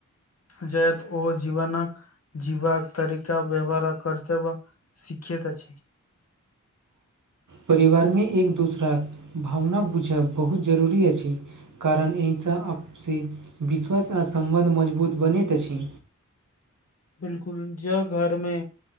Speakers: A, on the left; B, on the right.
A: जत ओ जीवनक कऽ जीवाक तरीका व्यवहार करतव। शीखैत अछि छी।
B: परिवार मे एक दोसराक भावना बुझब बहुत जरूरी अछि कारण एहिसँ आपस विश्वास आ सम्बन्ध मजबूत बनैत अछि।
A: बिल्कूल ज घर मे